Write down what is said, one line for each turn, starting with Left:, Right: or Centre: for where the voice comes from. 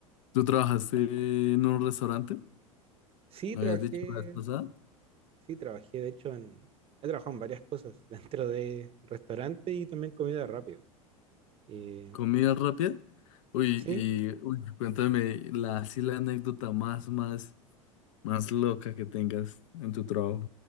Left: ¿Tú trabajaste en un restaurante?
Right: Sí,
Left: ¿Me
Right: trabajé,
Left: habías dicho la vez pasada?
Right: sí, trabajé, de hecho, en, he trabajado en varias cosas, <laughs> dentro de restaurante y también comida rápida. Eh,
Left: ¿Comida rápida? Uy,
Right: Sí,
Left: y uy, cuéntame la, así la anécdota más, más, más loca que tengas en tu trabajo,